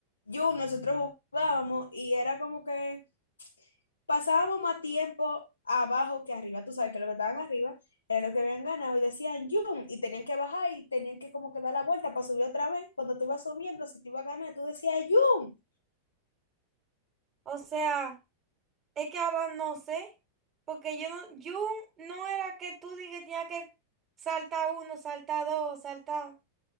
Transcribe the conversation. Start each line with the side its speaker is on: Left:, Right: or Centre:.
Left: Jun, nosotros jugábamos y era como que pasábamos más tiempo abajo que arriba. Tú sabes que los que estaban arriba era lo que habían ganado y decían Jun y tenían que bajar y tenían que como que dar la vuelta para subir otra vez. Cuando tú ibas subiendo, si te ibas a ganar, tú decías Jun.
Right: O sea, es que ahora no sé. Porque yo no. Yun no era que tú digas que tenías que saltar uno, saltar dos, saltar.